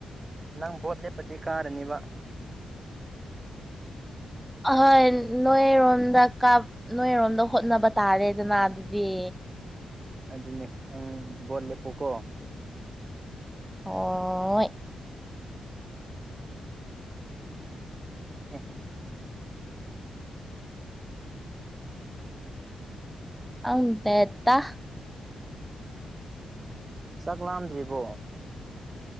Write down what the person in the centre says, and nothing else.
ꯑꯍꯣꯏ ꯅꯣꯏꯔꯣꯝꯗ ꯀꯞ ꯅꯣꯏꯔꯣꯝꯗ ꯍꯣꯠꯅꯕ ꯇꯥꯔꯦꯗꯅ ꯑꯗꯨꯗꯤ
ꯍꯣꯏ
ꯈꯪꯗꯦꯇ